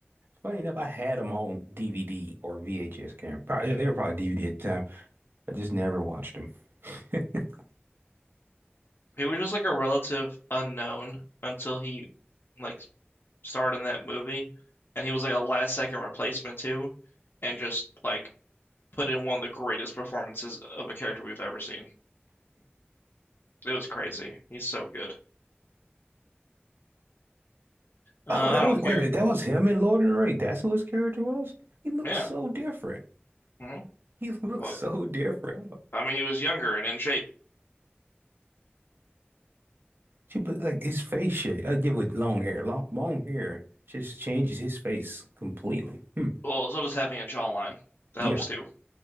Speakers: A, on the right; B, on the left.
A: Funny enough, I had them on DVD or VHS camera. Probably, they were probably DVD at the time. I just never watched him. <laughs>
B: he was just like a relative unknown until he like starred in that movie, and he was like a last second replacement too, and just like put in one of the greatest performances of a character we've ever seen. It was crazy. He's so good. Uh,
A: Oh,
B: I
A: that
B: don't
A: was wait
B: care.
A: a minute. That was him in Lord of the Rings. That's who his character was. He looks
B: Yeah.
A: so different.
B: hmm
A: He <laughs> looks
B: Well,
A: so different. I'm like,
B: I mean, he was younger and in shape.
A: She put like his face shape. I did with long hair. Long long hair just changes his face completely. Hmm.
B: Well, so does having a jawline. That
A: Yeah,
B: helps too.